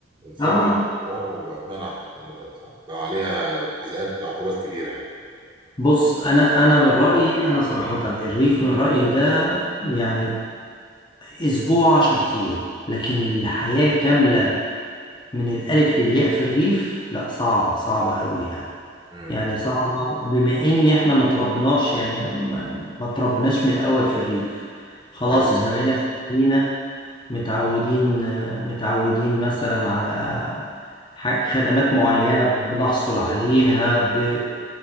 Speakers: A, on the right; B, on the left.
A: فاقوا
B: اه
A: للموضوع واتمنعت يعني بقت بقى عليها جزاءات عقوبات كبيرة يعني
B: بص انا انا من رأيي انا صراحة الريف من رأيي ده يعني اسبوع 10 ايام لكن الحياة كاملة من الالف للياء في الريف لا صعبة صعبة قوي يعني
A: م-
B: يعني
A: م.
B: صعبة بما ان احنا ما تربناش يعني ما ما تربناش من الاول في الريف خلاص
A: ايوه صح.
B: احنا بقينا في المدينة متعودين متعودين مثلا على ح- خدمات معينة بنحصل عليها ب